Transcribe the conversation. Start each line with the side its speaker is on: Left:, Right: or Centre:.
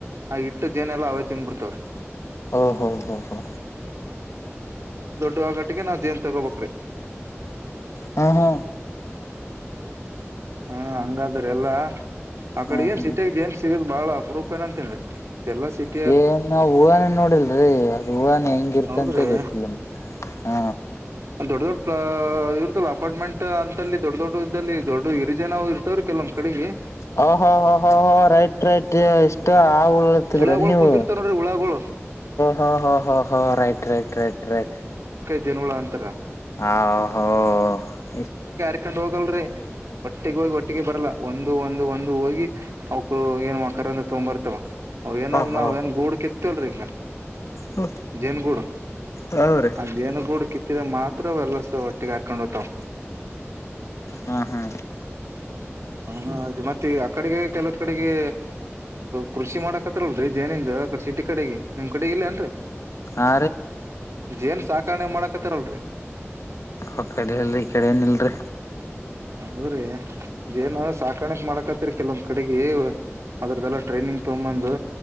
Right: ಆ ಹಿಟ್ಟು ಜೇನೆಲ್ಲ ಅವ ತಿಂದ ಬಿಡ್ತಾವ್ರಿ.
Left: ಓಹೋ ಹೋ ಹೋ
Right: ದೊಡ್ಡವಾಗಟ್ಟಿಗೆ ನಾವ್ ಜೇನ್ ತಗೋಬೇಕ್ರಿ.
Left: ಹಾ ಹಾ
Right: ಹಾ ಹಂಗಾದ್ರೆ ಎಲ್ಲಾ ಆ ಕಡೆ
Left: ಹಾ
Right: ಏನ್
Left: ಹಾ
Right: ಸಿಟಿಯಾಗ ಏನ್ ಜೇನ್ ಸಿಗೋದ ಬಾಳ ಅಪರೂಪ ಏನ ಅಂತನ್ ಎಲ್ಲಾ ಸಿಗೋದ
Left: ಏನ್ ನಾವು ಹೂವಾನೆ ನೋಡಿಲ್ರಿ ಅದು ಹೂಳಾನೆ ಹೆಂಗ ಇರ್ತಂತ
Right: ಹೌದ್ರಿ
Left: ಗೊತ್ತಿಲ್ಲ ನಮ್ಗೆ ಹಾ
Right: ದೊಡ್ ದೊಡ್ ಪ ಇರ್ತಲ್ಲ ಅಪಾರ್ಟ್ಮೆಂಟ್ ಅಂತಲ್ಲಿ ದೊಡ್ಡ ದೊಡ್ಡ ಇದಲ್ಲಿ ದೊಡ್ಡ ಹಿರಿಜೇನ ಇರ್ತವ್ರೀ ಕೆಲ ನಮ್ಮ್ ಕಡೆಗೆ.
Left: ಹಾ ಹಾ ಹ ಹ ಹ ರೈಟ್ ರೈಟ್ ಎಷ್ಟ ಆಳವಳಗ
Right: ಹುಳಗಳು
Left: ನೀವು
Right: ಕುಂತಿರ್ತಾವ ನೋಡ್ರಿ ಹುಳಗಳು
Left: ಹ ಹ ಹ ಹ ರೈಟ್ ರೈಟ್ ರೈಟ್ ರೈಟ್
Right: ಜನಗಳಳ ಅಂತರ
Left: ಆ ಹೋ ಇ
Right: ಕಕೊಂಡ್ ಹೋಗಲ್ರರಿ ಒಟ್ಟಿಗೆ ಹೋಗಿ ಒಟ್ಟಿಗೆ ಬರ್ಲ್ಲಾ ಒಂದು ಒಂದು ಒಂದು ಹೋಗಿ ಅವಕರು ಏನು ಅ ಕರಂದ ತೊ್ಂಬರ್ತವ ಅವ್ ಏನಲ್
Left: ಹಾ
Right: ನಾವ ಏನ್ ಗೂಡ್ ಕಿತ್ತವಲ್ರಿ ಈಗ
Left: ಹಾ
Right: ೇನುಗುಡ
Left: ಹೌರಿ
Right: ಹ ೇನುಗುಡ್ ಹತ್ತಿದ ಮಾತ್ರ ಅವ ಎಲ್ಲಸ ಒಟ್ಟಿಗೆ ಹಾರ್ಕೊಂಡ್ ಹ್ತಾವ
Left: ಹಾ ಹಾ
Right: ಹಾ ಅದು ಮತ್ತೆ ಆ ಕಡೆಗೆ ಕೆಲವ ಕಡೆಗೆ ಕೃಷಿ ಮಾಡ ಪತ್ರಲ್ ಜೇನಿಂದ ಆಡೆ ಸಿಟಿ ಕಡೆಗೆ ನಿಮ್ ಕಡೆ ಇಲ್ಲೇನ್ರರಿ
Left: ಆ
Right: ಜೇನ್ ಸಾಕಣೆ ಮಾಡಕತ್ತಾರಲ್ರರಿ
Left: ಆ ಕಡೆೆಯಲ್ ರರಿ ಈ ಕಡೆನಲ್ರಿ
Right: ಹೌದ್ರಿ ಏನು ಸಾಕಾಣಕ್ ಮಾಡಕತ್ರಿ ಕೆಲೊಂದ್ ಕಡೆಗೆ ಅದ್ರದ್ದೆಲ್ಲಾ ಟ್ರೈನಿಂಗ್ ತೊಗಂಬಂದು